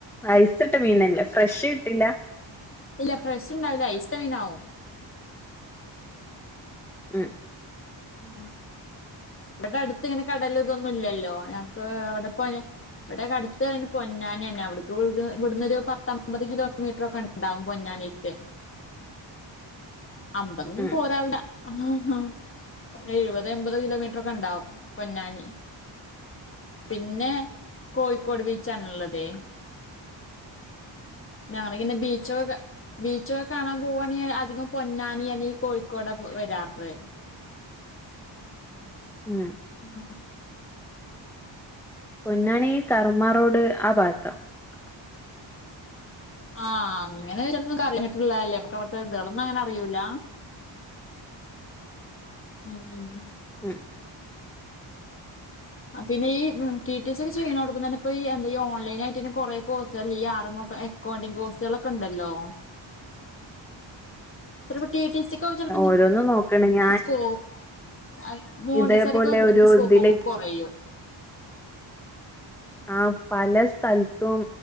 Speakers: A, in the centre; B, on the left.
A: ഐസിട്ട മീനല്ലേ ഫ്രഷ് കിട്ടില്ല..
B: ഇല്ല ഫ്രഷ് ണ്ടാവൂല ഐസ്ട്ട മീൻ ആവും.
A: ഉം...
B: ഉം. ഇവിടെ അടുത്ത് ഇങ്ങനെ കടൽ ഇതൊന്നും ഇല്ലല്ലോ ഞങ്ങക്ക് അവിടെ പോയ. ഇവിടെ ഒക്കെ അടുത്ത് <unintelligible> പൊന്നാനിന്നെഅവിടുക്ക് ഇവിടുന്നൊരു പത്തമ്പത് കിലോമീറ്ററൊക്കെ ഉണ്ട്. ഉണ്ടാവും പൊന്നാനിക്ക്. അമ്പതൊന്നും
A: ഉം
B: പോരാവില്ല ആഹാ എഴുപത് എമ്പത് കിലോമീ റൊക്കെ ഉണ്ടാവും പൊന്നാനി. പിന്നെ കോഴിക്കോട് ബീച്ചാനുള്ളതേ ഞങ്ങളിന്ന് ബീച്ചോകെ ബീച്ചൊകാണാൻ പോവാണെങ്കിൽ അധികം പൊന്നാനി അല്ലെങ്കി കോഴിക്കോടാ വെരാറ്
A: ഉം
B: <unintelligible>
A: പൊന്നാനീ കർമ റോഡ് ആ ഭാഗത്താ
B: <inaudible> ആഹ് അങ്ങനെരോന്നു അറിനിട്ടിലല്ലേ, നമ്മക്ക് അവിട്ത്തെ ഇതുകളൊന്നും അങ്ങനെ അറിയൂല ഉം ഉം ഉം
A: ഉം
B: പിന്നെ ഈ ടി ടി സി ഒക്കെ ചെയ്യ്ണോട് ത്ത്ന്നന്നെ ഇപ്പോ ഈ എന്ത ഓൺലൈൻ ആയിട്ടന്നെകൊറേ, കോഴ്സ്സാലേ ഈ ആറു മാസ എക്കൗണ്ടിങ് കോഴ്സാളൊക്കെ ണ്ടല്ലോ. <unintelligible> ടി ടി സി ക്കൊക്കെ ചെൽപങ്കി
A: ഓരോന്ന് നോക്കാണങ്കി
B: സ്കോ, അ മോണ്ടിസോറിക്കൊക്കെസ്കോപ്പ്കൊറയും
A: ഇതേപോലെ ഒരു ഇതില് ആ പല സ്ഥൽത്തും